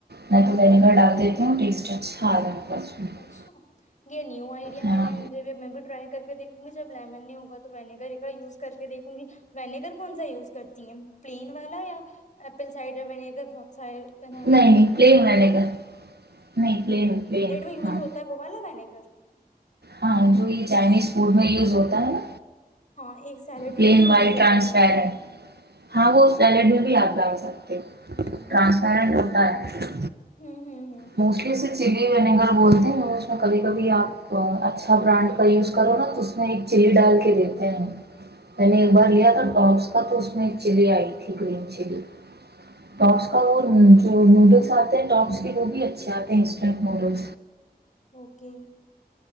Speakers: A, on the right; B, on the left.
A: میں تو ونییگر ڈال دیتی ہوں ٹیسٹ اچھا آ رہا ہے اس میں
B: اچھا یہ نیو آئی ملا
A: ہاں
B: ہے مجھے ٹرائی کر کے دیکھوں گی جب لیمن نہیں ہوگا تو ونیگر یوز کر کے دیکھوں گی ونیگر کون سا یوز کرتی ہیں پلین والا یا ایپل سائڈر ونیگر بہت سارے طرح کے
A: نہیں نہیں
B: ونیگر
A: پلین
B: آتے
A: میںے
B: ہیں
A: گ نہیں پلین پلین
B: لوز
A: ہاں
B: ہوتا ہے بواگ ن گگر
A: ہاں جو یہ چائنیز فوڈ میں یوز ہوتا ہے نا
B: ہاں ایک سیلیڈ
A: پلین
B: میں بھی یوز
A: وائٹ
B: ہوتا
A: ٹرانسپر ہے ہاں وہ سیلیڈ میں بھی یادگار س
B: ہوں
A: ٹرانس بائے
B: ہوں ہوں ہوں
A: وسٹلی چلی ونیگر بولتے ہیں اس میں کبھی کبھی آپ اچھا برانڈ کا یوز کرو نا تو اس میں ایک چلی ڈال کے دیتے ہیں میں نے ایک بار لیا تھا ٹپس کا تو اس میں ایک چلی آئی تھی گم چلی ٹاپس کا وہ جو نوڈلس آتے ہیں ٹپس وہ بھی اچھے آتے ہیں انسٹ موڈل
B: اوکے